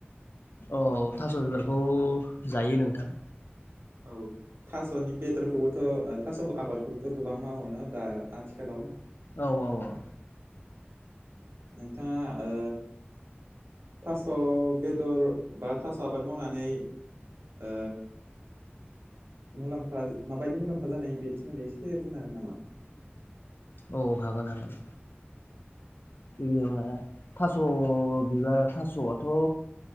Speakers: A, on the left; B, on the right.
A: औ थास' बिबारखौ जायो नोंथां।
B: औ। थास'नि बेदरखौबोथ' थास' आबादखौबोथ' गोबां मावो न' दा आथिखालाव?
A: औ औ औ।
B: नोंथाङा ओ थास' बेदर बा थास' आबाद मावनानै ओ मुलाम्फा माबायदि मुलाम्फा जानाय बेनि सोमोन्दै एसे बुंनो हागोन नामा?
A: औ हागोन हागोन। गिबियावनो थास' बिबार थास'आथ'